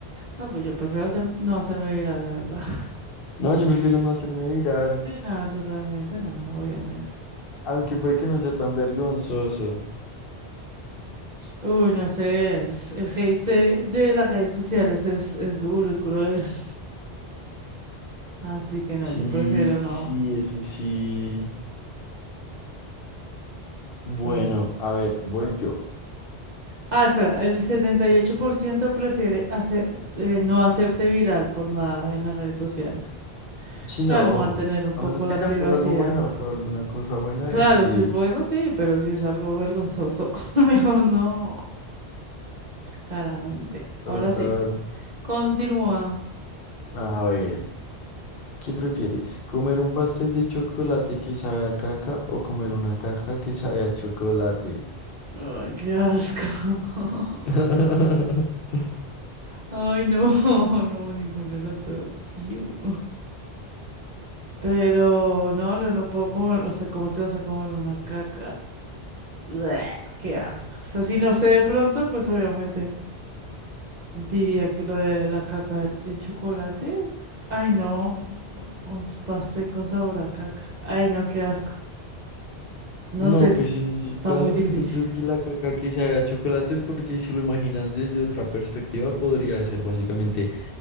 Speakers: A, on the right (about 45°); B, on the left (about 65°).
A: No, pues yo prefiero hacer, no hacerme viral, la verdad.
B: No, yo prefiero no hacerme viral.
A: <laughs> Sí, no, totalmente no, obviamente.
B: Aunque puede que no sea tan vergonzoso.
A: Uy, no sé, es- el hate de las redes sociales es, es duro y cruel, <laughs> así que
B: Sí,
A: no, yo prefiero no.
B: sí, eso sí. Bueno,
A: no.
B: a ver, voy yo.
A: Ah, espera, el 78% prefiere hacer, eh, no hacerse viral por nada en las redes sociales.
B: Sí,
A: Claro,
B: no.
A: mantener un
B: A
A: poco
B: menos que
A: la
B: sea
A: privacidad.
B: por algo bueno, por alguna cosa buena,
A: Claro,
B: y sí.
A: si es bueno, sí, pero si es algo vergonzoso, <laughs> mejor no, claramente.
B: Total.
A: Ahora sí, continúa.
B: A ver, ¿qué prefieres? ¿Comer un pastel de chocolate que sabe a caca o comer una caca que sabe a chocolate?
A: Ay, qué asco. <laughs>
B: <laughs>
A: Ay, no, <laughs> no, ninguno de los dos. Iu. Pero no, no, no puedo comer, o sea, ¿cómo te vas a comer una caca? Bleh, qué asco. O sea, si no sé de pronto, pues obviamente diría que lo de la caca de chocolate. Ay, no, un pastel con sabor a caca. Ay, no, qué asco. No
B: No,
A: sé,
B: pues en ese
A: está
B: caso
A: muy difícil.
B: yo creo que la caca que sabe a chocolate, porque si lo imaginas desde otra perspectiva, podría ser básicamente